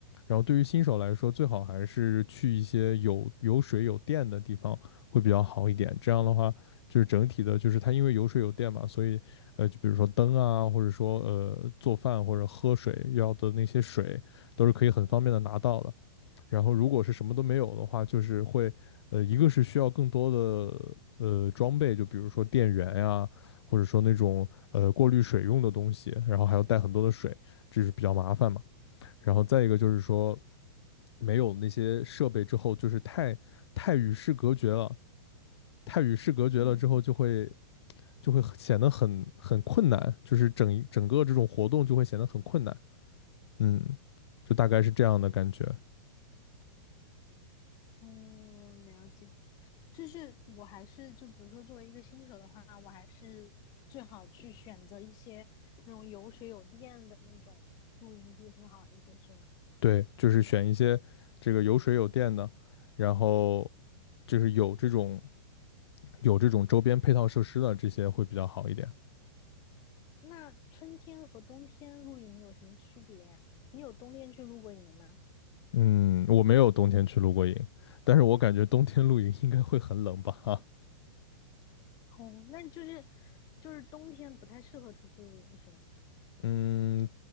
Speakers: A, on the left; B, on the left.
A: 然后对于新手来说，最好还是去一些有有水有电的地方会比较好一点。这样的话，就是整体的，就是它因为有水有电嘛，所以呃，就比如说灯啊，或者说呃做饭或者喝水要的那些水，都是可以很方便的拿到的。然后如果是什么都没有的话，就是会，呃，一个是需要更多的呃装备，就比如说电源呀，或者说那种呃过滤水用的东西，然后还要带很多的水，这是比较麻烦嘛。然后再一个就是说，没有那些设备之后，就是太太与世隔绝了，太与世隔绝了之后就会
B: 嗯，
A: 就会显得很很困难，就是整整个这种活动就会显得很困难。嗯，就大概是这样的感觉。
B: 哦，了解。就是我还是就比如说作为一个新手的话，我还是最好去选择一些那种有水有电的那种露营地会好一些，是吗？
A: 对，就是选一些这个有水有电的，然后就是有这种有这种周边配套设施的这些会比较好一点。
B: 那春天和冬天露营有什么区别呀？你有冬天去露过营吗？
A: 嗯，我没有冬天去露过营，但是我感觉冬天露营应该会很冷吧？哈，
B: 哦，那就是就是冬天不太适合出去露营，是吗？
A: 嗯，